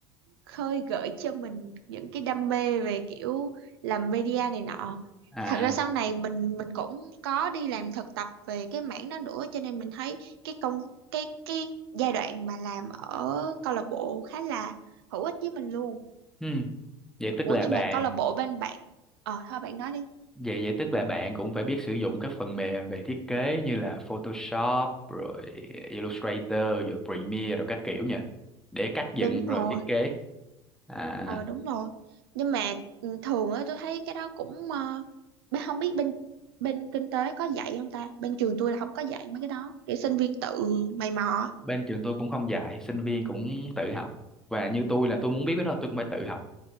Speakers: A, on the right; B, in the centre.
A: khơi gợi cho mình những cái đam mê về kiểu làm media này nọ
B: à
A: thật ra sau này mình mình cũng có đi làm thực tập về cái mảng đó nữa cho nên mình thấy cái công cái cái giai đoạn mà làm ở câu lạc bộ khá là hữu ích với mình luôn
B: ừ vậy tức
A: ủa
B: là
A: nhưng
B: bà
A: mà câu lạc bộ bên bạn ờ thôi bạn nói đi
B: vậy vậy tức là bạn cũng phải biết sử dụng các phần mềm về thiết kế như là Photoshop rồi Illustrator rồi Premiere rồi các kiểu nha để cắt dựng
A: đúng
B: rồi
A: rồi
B: thiết kế à
A: ờ đúng rồi nhưng mà ừ, thường á tôi thấy cái đó cũng ờ, bé- không biết bên bên kinh tế có dạy không ta bên trường tôi là không có dạy mấy cái đó kiểu sinh viên tự mày mò á.
B: bên trường tôi cũng không dạy sinh viên cũng tự học và như tôi là tôi muốn biết cái đó tôi cũng phải tự học